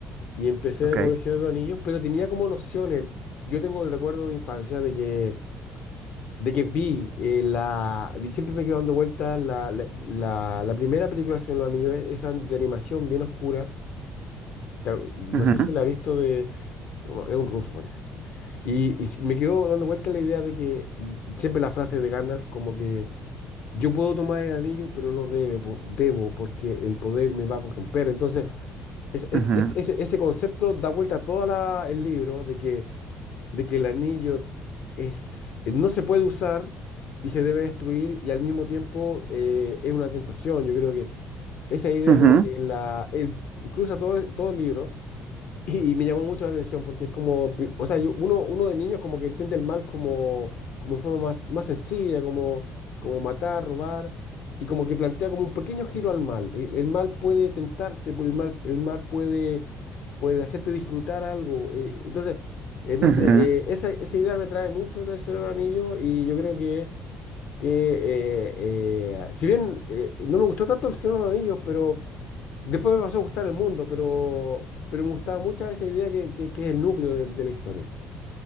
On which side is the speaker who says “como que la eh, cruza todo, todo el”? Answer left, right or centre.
Left